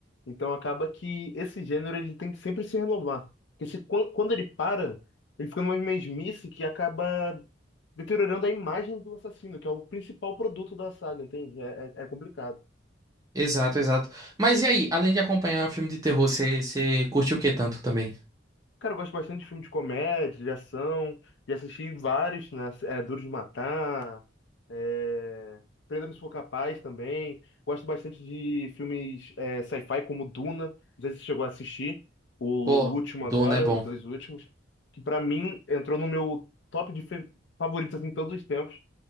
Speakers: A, on the left; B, on the right.
A: Então acaba que esse gênero ele tem que sempre se renovar. Porque se, quan- quando ele para, ele fica numa mesmice que acaba deteriorando a imagem do assassino, que é o principal produto da saga, entende? É, é- é complicado.
B: Exato, exato. Mas e aí, além de acompanhar o filme de terror, você você curte o que tanto também?
A: Cara, eu gosto bastante de filme de comédia, de ação, e assisti vários, né? É, Duro de Matar, é... Prenda-me se for capaz também. Gosto bastante de filmes é, sci-fi como Duna. Não sei se você chegou a assistir o, o
B: Pô,
A: último
B: Duna
A: agora,
B: é bom.
A: os dois últimos, que pra mim entrou no meu top de fe- favoritos em todos os tempos.